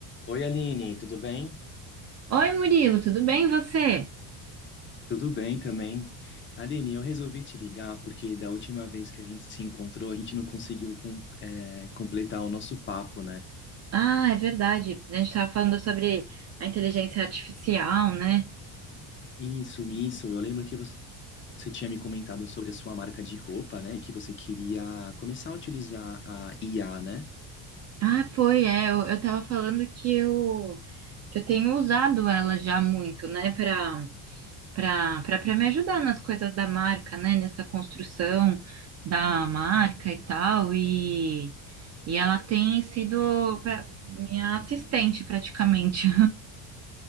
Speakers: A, on the left (about 25°); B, on the right (about 35°).
A: Oi, Aline, tudo bem?
B: Oi, Murilo, tudo bem e você?
A: Tudo bem também. Aline, eu resolvi te ligar porque da última vez que a gente se encontrou, a gente não conseguiu com- é, completar o nosso papo, né?
B: Ah, é verdade. A gente estava falando sobre a inteligência artificial, né?
A: Isso, isso. Eu lembro que você tinha me comentado sobre a sua marca de roupa, né? E que você queria começar a utilizar a IA, né?
B: Ah, foi, é. Eu, eu tava falando que eu, que eu tenho usado ela já muito, né, para para para me ajudar nas coisas da marca, né, nessa construção da marca e tal. E, e ela tem sido pra- minha assistente praticamente.